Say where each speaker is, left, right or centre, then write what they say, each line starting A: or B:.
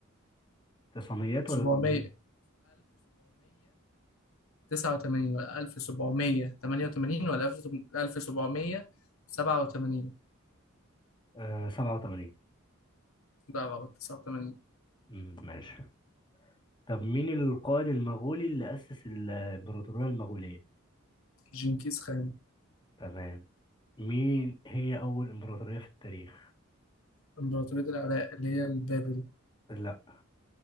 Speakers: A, on the left (about 20°); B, on the left (about 75°).
A: تسعميات
B: 700
A: ولا 800
B: 1789 ولا 1788 ولا 1787
A: آه 87
B: لا غلط 89
A: امم ماشي طب مين القائد المغولي اللي أسس الإمبراطورية المغولية
B: جنكيز خان
A: تمام مين هي أول إمبراطورية في التاريخ
B: إمبراطورية العراق اللي هي البابل
A: لا